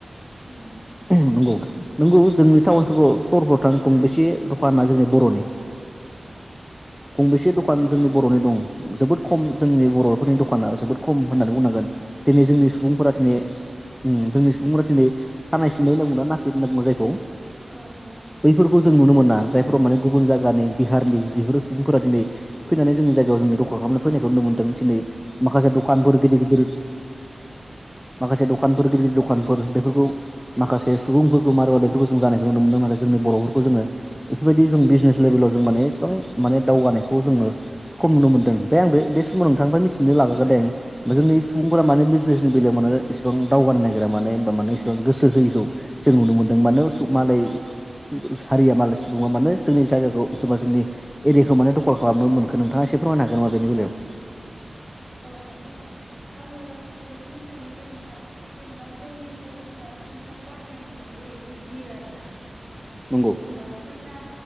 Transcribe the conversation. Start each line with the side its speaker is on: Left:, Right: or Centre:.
Right: उम
Centre: नंगौ नंगौ जोंनि टाउन साव सरफ्राव थां गंबेसे दखाना जोंनि बर'नि गंबेसे दखान
Right: नंगौ
Centre: जोंनि
Right: दा
Centre: बर'नि दं जोबोद खम जोंनि बर'फोरनि दखाना जोबोद खम खम होननानै बुंनांगोन दिनै
Right: औ
Centre: जोंनि
Right: खमखौनो
Centre: सुबुंफोरा
Right: नुयो
Centre: दिनै उम जोंनि सुबुंफोरा दिनै खानाय सिननाय होनना बुंङोना नाफिद होनना बुङो जायखौ
Right: औ औ
Centre: बैफोरखौ जों नुनो मोना जायफोराव माने गुबुन जायगानि बिहारनि बिफोर सुबुंफोरा दिनै फैनानै जोंनि जायगायाव जोंनि दख'ल खालामनो फैनायखौ नुनो मोनदों दिनै माखासे दखानफोर गिदिर गिदिर माखासे दखानफोर
Right: नंगौ
Centre: गिदिर गिदिर दखानफोर बेफोरखौ माखासे सुबुंफोरखौ मार'वारिफोरखौ जों जानायखौ नुनो मोनदों नाथाय जोंनि बर'फोरखौ जोङो बेफोरबायदि जों बिजनेस लेभेलाव जों माने इसेबां माने दावगानायखौ जोङो खम नुनो मोनदों ओमफ्रायआं बे समाव नोंथांनिफ्राय मिथिनो लाग्रोदों जोंनि सुबुंफोरा मानो बिजनेसनि बेलायाव मानो इसेबां दावगानो नागिरा माने होनोमबा माने इसेबां गोसो होयैखौ जों नुनो मोन्दों मानो असुख मालाय हारिया मालाय सुबङा मानोे जोंनि जायगाखौ सोरबा जोंनि एरियाखौ माने दखल खालामनो मोनखो नोंथाङा एसे फोरमायनो हागोन नामा बेनि बेलायाव
Right: औ माने आङो बेखौनो सानो जे नोंथां जेनेबा जोंनि बर'फोरा फैसा गारनाय होननायखौ एसे गियो आर ना
Centre: नंगौ
Right: जेनेबा फैसा